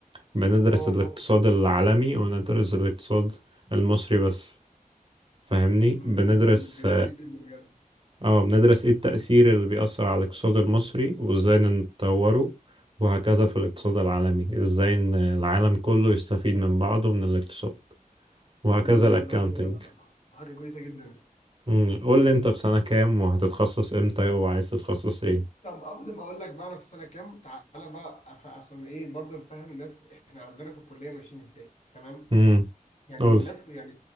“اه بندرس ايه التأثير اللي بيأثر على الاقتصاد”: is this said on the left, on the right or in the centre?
Right